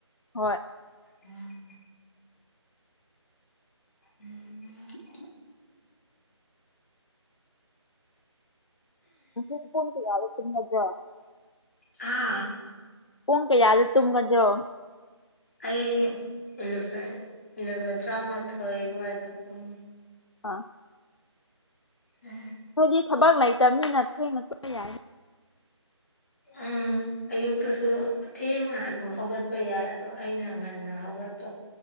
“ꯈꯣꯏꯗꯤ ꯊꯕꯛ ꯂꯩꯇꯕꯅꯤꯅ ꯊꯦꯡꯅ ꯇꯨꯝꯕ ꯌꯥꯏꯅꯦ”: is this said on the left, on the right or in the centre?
Left